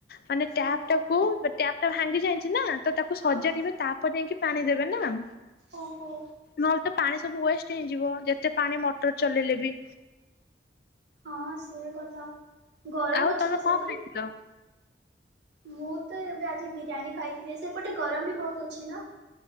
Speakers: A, on the left (about 55°); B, on the right (about 75°).
A: ମାନେ ଟ୍ୟାପ୍
B: ଓହୋ
A: ଟାକୁ ଟ୍ୟାପ୍ ଟା ଭାଙ୍ଗି ଯାଇଁଛି ନା, ତ ତାକୁ ସଜାଡିବେ।
B: ହଁ ହଁ
A: ତା'ପରେ ଯାଇଁକି ପାଣି ଦେବେ ନା!
B: ଓହୋ।
A: ନହେଲେ ତ ପାଣି ସବୁ ୱେଷ୍ଟ ହେଇଁଯିବ। ଯେତେ ପାଣି ମଟର ଚଲେଇଲେ ବି।
B: ହଁ, ସିଏ କଥା। ଗରମ
A: ଆଉ
B: ଅଛି
A: ତମେ
B: ନା ସେଠି?
A: କଣ ଖାଇଥିଲ?
B: ମୁଁ ତ ଏବେ ଆଜି ବିରିୟାନୀ ଖାଇଥିଲି। ସେପଟେ ଗରମ ବି ବହୁତ ଅଛି ନା?